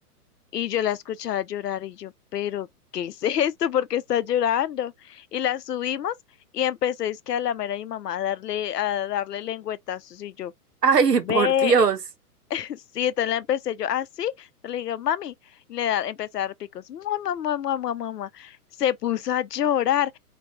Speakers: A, on the left; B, on the right.
A: Y yo la escuchaba llorar y yo, pero ¿qué es <laughs> esto? ¿Por qué está llorando? Y la subimos y empecé es que a lamer a mi mamá a darle, a darle lengüetazos y yo,
B: Ay,
A: ve,
B: por Dios.
A: <laughs> sí, entonces la empecé yo, ah, sí, entonces le digo, mami, y le da, empecé a dar picos, mua, mua, mua, mua, mua, mua, mua. Se puso a llorar